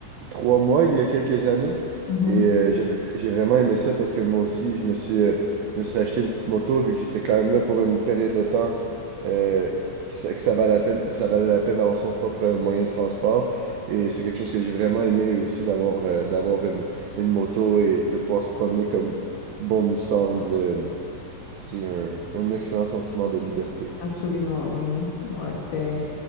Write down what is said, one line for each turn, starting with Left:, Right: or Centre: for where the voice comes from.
Right: trois mois il y a quelques années
Left: mhm,
Right: et euh, j'avais- j'ai vraiment aimé ça parce que moi aussi, je me suis, euh, je me suis acheté une petite moto vu que j'étais quand même là pour une période de temps euh, que ça, que ça valait la peine, ça valait la peine d'avoir son propre moyen de transport et c'est quelque chose que j'ai vraiment aimé aussi d'avoir euh, d'avoir une, une moto et de pouvoir se promener comme bon nous semble. Euh, C'est un, un excellent sentiment de liberté.
Left: absolument, oui. Ouais, c'est